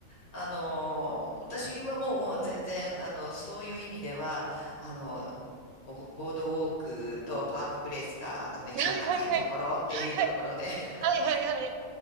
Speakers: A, on the left; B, on the right.
A: あのー私はもう、もう全然、あの、そういう意味では、あの、ボボードウォークとパークプレイスが、あの、一番高いところっていうところで、
B: はいはいはい、はいは
A: <laughs>
B: い、
A: はい。
B: はいはいはい。